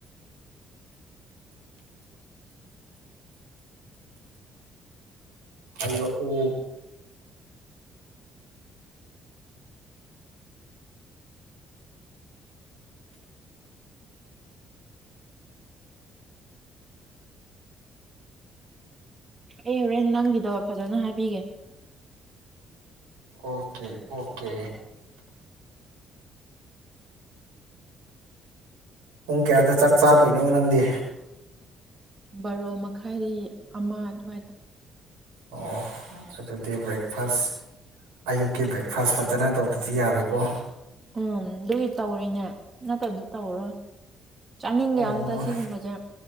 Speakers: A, on the right; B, on the right.
A: ꯍꯥꯏꯔꯛꯑꯣ
B: ꯑꯩ ꯍꯣꯔꯦꯟ ꯅꯪꯒꯤꯗꯣ ꯐꯖꯅ ꯍꯥꯏꯕꯤꯒꯦ
A: ꯑꯣꯀꯦ ꯑꯣꯀꯦ ꯄꯨꯡ ꯀꯌꯥꯗ ꯆꯥꯛ ꯆꯥꯗꯣꯏꯅꯣ ꯅꯪꯗꯤ
B: ꯕꯥꯔꯣ ꯃꯈꯥꯏꯗꯩ ꯑꯃ ꯑꯗꯨꯋꯥꯏꯗ
A: ꯑꯣ ꯑꯗꯨꯗꯤ ꯕ꯭ꯔꯦꯛꯐꯥꯁ ꯑꯌꯨꯛꯀꯤ ꯕ꯭ꯔꯦꯛꯐꯥꯁ ꯐꯖꯅ ꯇꯧꯗ꯭ꯔꯗꯤ ꯌꯥꯔꯣꯏꯀꯣ
B: ꯎꯝ ꯑꯗꯨꯒꯤ ꯇꯧꯔꯤꯅꯦ ꯅꯠꯇ꯭ꯔꯗꯤ ꯇꯧꯔꯔꯣꯏ ꯆꯥꯅꯤꯡꯗꯦ
A: ꯑꯣ
B: ꯑꯝꯇ ꯁꯤꯒꯨꯝꯕꯁꯦ